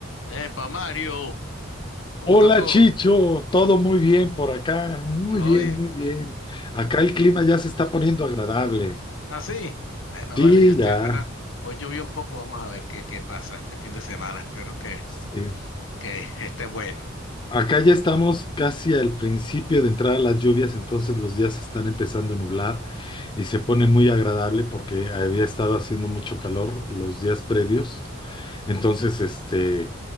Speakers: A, on the left (about 70°); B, on the left (about 25°).
A: Epa, Mario, ¿cómo
B: Hola
A: está todo?
B: Chicho, todo muy bien por acá, muy
A: ¿Todo
B: bien,
A: bien?
B: muy bien. Acá el clima ya se está poniendo agradable.
A: ¿Ah, sí? Bueno,
B: Sí,
A: vale, yo estoy
B: ya.
A: esperando. Hoy llovió un poco, vamos a ver qué, qué pasa este fin de semana. Espero que,
B: Sí.
A: que esté bueno.
B: Acá ya estamos casi al principio de entrar a las lluvias, entonces los días se están empezando a nublar y se pone muy agradable porque había estado haciendo mucho calor los días previos. Entonces, este,